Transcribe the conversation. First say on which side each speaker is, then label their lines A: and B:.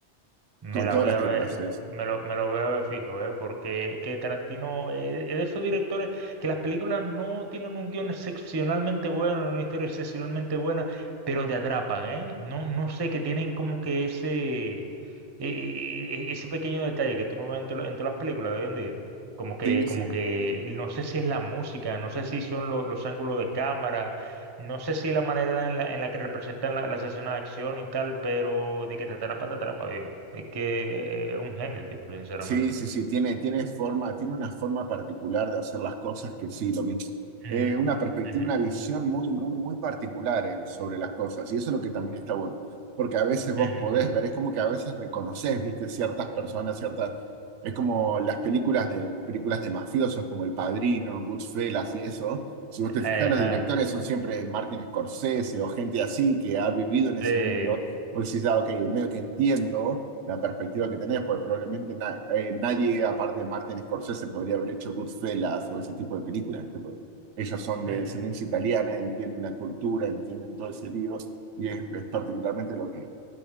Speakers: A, on the right; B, on the right.
A: Me
B: con
A: la
B: todas
A: voy
B: las
A: a
B: letras
A: ver,
B: es.
A: me lo, me lo voy a ver fijo, ¿eh? Porque que Tarantino eh, es de esos directores que las películas no tienen un guión excepcionalmente bueno, una historia excepcionalmente buena, pero te atrapan, ¿eh? No, no sé, que tienen como que ese, e- e- e- ese pequeño detalle que tú no ves en, to- en todas las películas de hoy en día. Como que,
B: Sí,
A: como
B: sí.
A: que, no sé si es la música, no sé si son lo- los ángulos de cámara no sé si la manera en la, en la que representan la, la escenas de acción y tal, pero de que te atrapa, te atrapa, viejo. Es que eh, es un genio el tipo, sinceramente.
B: Sí, sí, sí, tiene, tiene forma, tiene una forma particular de hacer las cosas que sí, lo mismo.
A: Ujú,
B: Eh, una perspectiva,
A: ujú,
B: una visión muy, muy, muy particular eh, sobre las cosas. Y eso es lo que también está bueno. Porque a veces vos
A: ujú,
B: podés
A: ujú.
B: ver, es como que a veces reconoces, viste, ciertas personas, ciertas. Es como las películas de, películas de mafiosos, como El Padrino, Goodfellas y eso. Si vos te fijas,
A: Ajá,
B: los directores son siempre Martin Scorsese o gente así que ha vivido en ese
A: sí,
B: mundo. Vos decís, ah, ok, medio que entiendo la perspectiva que tenés, porque probablemente na- eh, nadie, aparte de Martin Scorsese, podría haber hecho Goodfellas o ese tipo de películas, ¿viste? Porque ellos son de
A: ujú.
B: descendencia italiana, entienden la cultura, entienden todo ese lío, y es, es particularmente lo que,